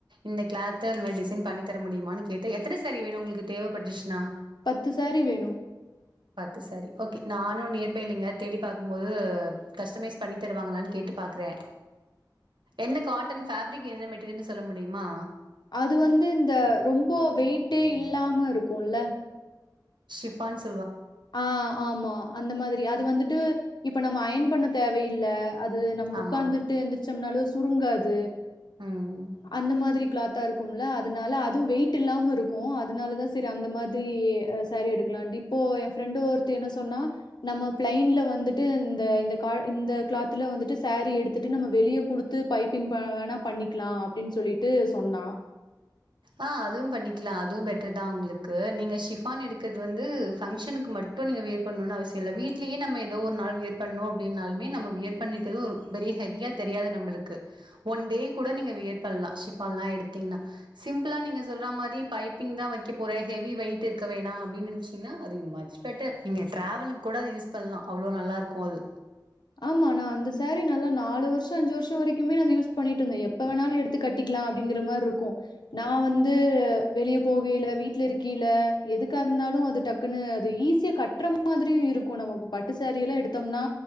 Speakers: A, on the right; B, on the left.
A: இந்த கிளாத்த இந்தமரி டிசைன் பண்ணித்தர முடியுமான்னு கேட்டு எத்தன சாரி வேணும் உங்களுக்கு தேவப்பட்டுச்சுனா
B: பத்து சாரி வேணும்
A: பத்து சாரீ ஓகே நானும் நியர்பைல இங்க தேடி பாக்கும் போது கஸ்டமைஸ் பண்ணி தருவாங்களானு கேட்டு பாக்குறேன் என்ன காட்டன் ஃபேப்ரிக் என்ன மெட்டீரியல்ன்னனு சொல்ல முடியுமா
B: அது வந்து இந்த ரொம்ப வெயிட்டே இல்லாம இருக்கும்ல
A: ஷிபான்ஸ்
B: ஆஹ ஆமா அந்த மாதிரி அது வந்துட் டு இப்ப நம்ம அயன் பண்ண தேவையில்ல அது நம்ம
A: ஆமா
B: உட்கார்ந்துட்டு எந்திரிச்சோம்னாலோ சுருங்காது
A: ம் ம்.
B: அந்த மாதிரி கிளாத்தா இருக் உள்ள அதனால அதுவும் வெயிட் இல்லாம இருக்கும் அதனால தான் செரி அந்த மாதிரி சாரீ எடுக்கலாம் இப்போ ஃப்ரெண்டு ஒருத்தி என்ன சொன்னா நம்ம பிளைன்ல வந்துட்டு இந்த - இந்த காட் இந்த கிளாத்ல வந்துட்டு சாரீ எடுத்துட்டு நம்ம வெளிய குடுத்து பைப்பிங் ப வேணா பண்ணிக்கலாம் அப்டின்னு சொல்லிட்டு சொன்னா
A: ஆஹ அதுவும் பண்ணிக்கலாம் அதுவும் பெட்டர் தான் உங்களுக்கு நீங்க ஷிபான் எடுக்கறது வந்து ஃபங்க்ஷனுக்கு மட்டும் நீங்க வியர் பண்ணணும்ன்னு அவசியம் இல்ல வீட்லயே நம்ம ஏதோ ஒரு நாள் வியர் பண்ணும் அப்டின்னாலுமே நம்ம வியர் பண்ணிருக்கறதும் ஒரு பெரிய ஹெவியா தெரியாது நம்மளுக்கு ஒன் டே கூட நீங்க வியர் பண்ணலாம் ஷிஃபான் எல்லாம் எடுத்தீங்கன்னா சிம்பிளா நீங்க சொல்ற மாரி பைப்பிங் தான் வைக்க போறன் ஹெவி வெயிட் இருக்க வேணா அப்படின்னு நெனச்சீங்கன்னா அது மச் பெட்டர் நீங்க டிராவலுக்கு கூட அது யூஸ் பண்ணலாம் அவ்ளோ நல்லா இருக்கும் அது
B: ஆமா நா அந்த சாரீ நல்ல நாலு வருஷம் அஞ்சு வருஷம்வரைக்குமே அது யூஸ் பண்ணிட்டுந்தேன் எப்போ வேணாலும் எடுத்து கட்டிக்கலாம் அப்படிங்கறமரி இருக் கும் நா வந்து வெளிய போகைல வீட்டுல இருக்கைல எதுக்காக இருந்தாலும் அது டக்குன்னு அது ஈஸியா கட்டுற மாதிரியும் இருக்கும் நமக்கு பட்டு சாரீலாம் எடுத்தோம்னா